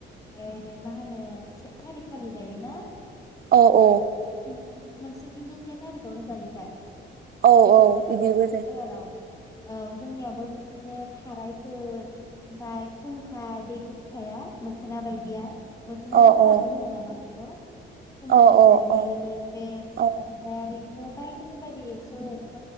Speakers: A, on the left; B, on the right.
A: ए मा होनो से थारिगखालि जायोना
B: औ अ
A: नोंसोरथिंबो सेथारिगावनो जायो दा
B: औ
A: बैसाग
B: औ
A: दाननि
B: बिदिबो
A: सेथि
B: जायो
A: खालाराव औ जोंनियाबो बिदिनो थाराय फोर ओमफाय खुंखा बे गोखा मोखोना बायदिया मोखोना
B: औ
A: राजाबो
B: औ
A: होनो नामा बे ओ खुनथाय
B: औ
A: जायो
B: औ
A: बे ओमफ्राय
B: औ
A: आरो ओ बायदि बायदि एकस' एकस'